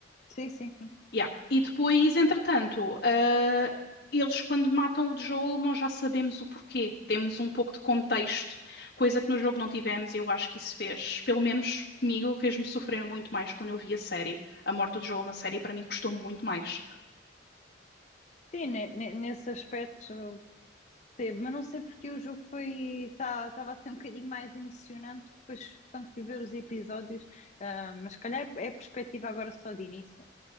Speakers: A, on the left; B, on the left.
A: sim, sim, sim.
B: Yeah. E depois, entretanto, ah, eles quando matam o Joel, nós já sabemos o porquê. Temos um pouco de contexto, coisa que no jogo não tivemos, e eu acho que isso fez, pelo menos comigo, fez-me sofrer muito mais quando eu vi a série. A morte do Joel na série, para mim, custou muito mais.
A: Sim, ne- ne- nesse aspecto ah, teve, mas não sei porque o jogo foi, estava a ser um bocadinho mais emocionante que depois quando fui ver os episódios, Ah, mas se calhar é, é perspectiva agora só de início,